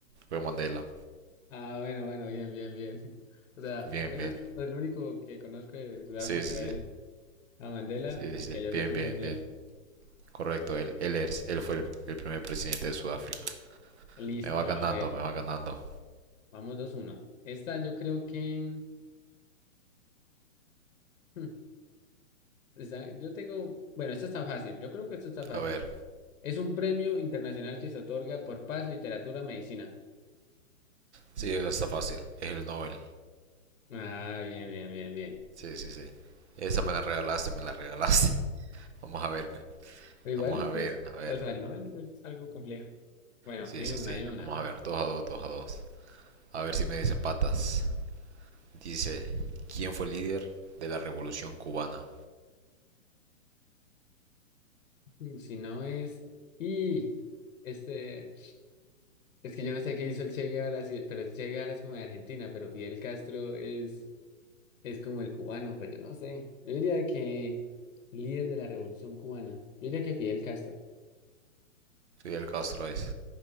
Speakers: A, on the right (about 55°); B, on the left (about 80°).
A: fue Mandela.
B: Ah, bueno, bueno, bien, bien, bien. <laughs> O sea,
A: Bien,
B: eso
A: bien.
B: es el único que conozco de Sudáfrica
A: Sí, sí, sí.
B: es a Mandela
A: Sí, sí,
B: y
A: sí.
B: que allá
A: Bien,
B: se hizo un
A: bien,
B: mundial.
A: bien. Correcto, él, él, es- él fue el, el primer presidente de Sudáfrica.
B: Listo,
A: Me va ganando,
B: a ver,
A: me va ganando.
B: vamos dos uno Esta yo creo que... hmm, esta- yo tengo... Bueno, esta está fácil, yo creo que esta está fácil.
A: A ver,
B: Es un premio internacional que se otorga por paz, literatura, medicina.
A: sí, eso está fácil. Es el Nobel.
B: Ah, bien, bien, bien, bien.
A: Sí, sí, sí. Esa me la regalaste, me la regalaste. <laughs> Vamos a ver, pe.
B: Pero igual,
A: Vamos a
B: pues,
A: ver, a ver.
B: o sea, no es, no es algo complejo. Bueno,
A: Sí,
B: dime
A: sí,
B: una,
A: sí.
B: dime una.
A: Vamos a ver. Dos a dos, dos a dos. A ver si me dicen patas. Dice, ¿quién fue el líder de la revolución cubana?
B: Mm, Si no es... Y... Este... Es que yo no sé qué hizo el Che Guevara, si- pero el Che Guevara es como de Argentina, pero Fidel Castro es, es como el cubano, pues yo no sé. Yo diría que el líder de la revolución cubana. Yo diría que Fidel Castro.
A: Fidel Castro es.